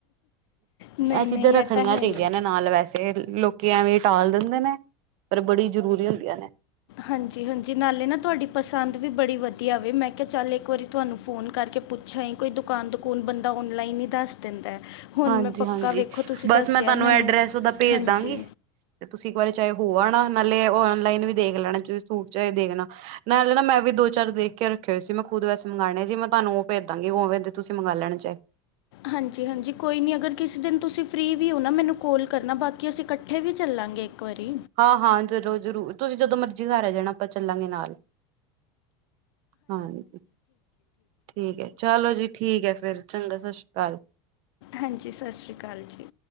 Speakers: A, on the left (about 80°); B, on the right (about 50°).
A: ਨਹੀਂ
B: ਇਹ
A: ਨਹੀਂ
B: ਚੀਜਾ ਰੱਖਣੀਆਂ
A: ਤਾਂ ਹੈ
B: ਚਾਹੀਦੀਆਂ
A: ਹੀ
B: ਨੇ ਨਾਲ ਵੈਸੇ ਲੋਕ ਐਵੇਂ ਟਾਲ ਦਿੰਦੇ ਨੇ ਪਰ ਬੜੀ ਜ਼ਰੂਰੀ ਹੁੰਦੀਆਂ ਨੇ।
A: ਹਾਂਜੀ ਹਾਂਜੀ ਨਾਲੇ ਨਾ ਤੁਹਾਡੀ ਪਸੰਦ ਵੀ ਬੜੀ ਵਧੀਆ ਵੇ ਮੈਂ ਕਿਹਾ ਚੱਲ ਇੱਕ ਵਾਰੀ ਤੁਹਾਨੂੰ ਫੋਨ ਕਰਕੇ ਪੁੱਛਿਆ ਹੀ ਕੋਈ ਦੁਕਾਨ ਦੁਕੂਨ ਬੰਦਾ ਔਨਲਾਈਨ ਹੀ ਦੱਸ ਦਿੰਦਾ। ਹੁਣ
B: ਹਾਂਜੀ
A: ਮੈਂ ਪੱਕਾ
B: ਹਾਂਜੀ
A: ਵੇਖੋ ਤੁਸੀਂ
B: ਬਸ
A: ਦੱਸਿਆ
B: ਮੈਂ ਤੁਹਾਨੂੰ
A: ਮੈਨੂੰ
B: ਐਡਰੈਸ ਓਦਾਂ ਭੇਜ
A: ਹਾਂਜੀ
B: ਦਾਂਗੀ ਤੇ ਤੁਸੀਂ ਇੱਕ ਵਾਰੀ ਚਾਹੇ ਹੋ ਆਉਣਾ ਨਾਲੇ। ਓਨਲਾਈਨ ਵੀ ਦੇਖ ਲੈਣਾ ਸੂਟ ਚ ਦੇਖਣਾ ਨਾਲ਼ੇ ਨਾ ਮੈਂ ਵੀ ਦੋ ਚਾਰ ਦੇਖ ਕੇ ਰੱਖੇ ਹੋਏ ਸੀ ਮੈਂ ਖੁਦ ਵੈਸੇ ਮੰਗਵਾਉਣੇ ਸੀ। ਮੈਂ ਤੁਹਾਨੂੰ ਉਹ ਭੇਜ ਦਾਂਗੀ ਉਵੇਂ ਤੁਸੀਂ ਮੰਗ ਲੈਣੇ ਚਾਹੇ।
A: ਹਾਂਜੀ ਹਾਂਜੀ ਕੋਈ ਨੀ ਅਗਰ ਕਿਸੇ ਦਿਨ ਤੁਸੀਂ ਫ੍ਰਰੀ ਵੀ ਹੋ ਨਾ ਮੈਨੂੰ ਕੋਾਲ ਕਰਨਾ ਬਾਕੀ ਅਸੀਂ ਇਕੱਠੇ ਵੀ ਚੱਲਾਂਗੇ ਇੱਕ ਵਾਰੀ
B: ਹਾਂ ਹਾਂ ਜ਼ਰੂਰ ਜ਼ਰੂਰ ਤੁਸੀਂ ਜਦੋਂ ਮਰਜੀੀ ਘਰ ਆ ਜਾਣਾ ਆਪਾਂ ਚੱਲਾਂਗੇ ਨਾਲ ਹਾਂਜੀ ਠੀਕ ਹੈ ਚਲੋ ਜੀ ਠੀਕ ਹੈ ਫੇਿਰ ਚੰਗਾ। ਸਤਿ ਸ਼੍ਰੀ ਅਕਾਲ।।
A: ਹਾਂਜੀ ਸਤਿ ਸ੍ਰੀ ਅਕਾਲ ਜੀ।।